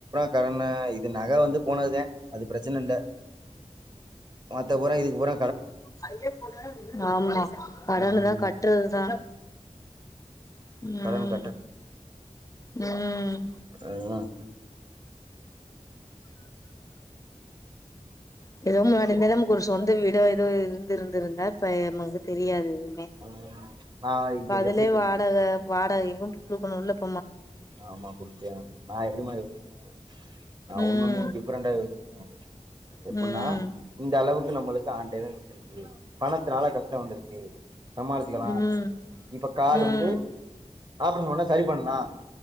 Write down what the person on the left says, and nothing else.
<unintelligible> ஆம்மா கடனதா
கட்டறதுதா உம்
உம்
<unintelligible> நமக் ஒரு சொந்த வீட் தே இதோ இருந்துருந்துருந்தா இப்ப எமேக் தெரியாது ப்புமே
இப்ப
அதுலியே
வாடக வாடக <unintelligible> குடுக்குனுல்லப்
ம்
ம்
ம்
ம்